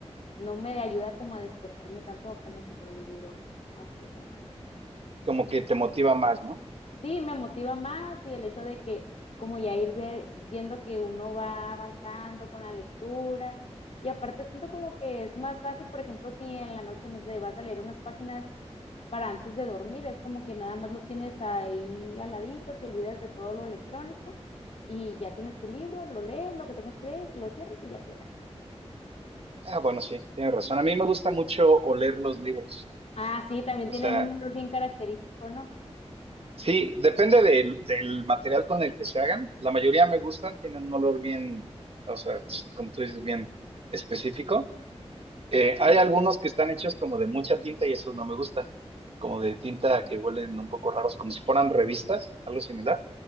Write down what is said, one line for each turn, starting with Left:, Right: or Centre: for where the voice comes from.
Left: no me ayuda como a despejarme tanto como si fuera un libro así real.
Right: Como que te motiva más, ¿no?
Left: Sí, me motiva más y el hecho de que como ya ir ver- viendo que uno va avanzando con la lectura y aparte siento como que es más fácil, por ejemplo, si en la noche, no sé, vas a leer unas páginas para antes de dormir, es como que nada más lo tienes ahí al ladito, te olvidas de todo lo electrónico y ya tienes tu libro, lo lees, lo que tengas que leer, lo cierras y ya te duermes.
Right: Ah, bueno, sí, tienes razón. A mí me gusta mucho oler los libros.
Left: Ah, sí, también
Right: O
Left: tienen
Right: sea,
Left: un olor bien característico, ¿no?
Right: Sí, depende del, del material con el que se hagan. La mayoría me gustan, tienen un olor bien, o sea, como tú dices, bien específico. Eh, hay algunos que están hechos como de mucha tinta y esos no me gustan, como de tinta que huelen un poco raros, como si fueran revistas, algo similar,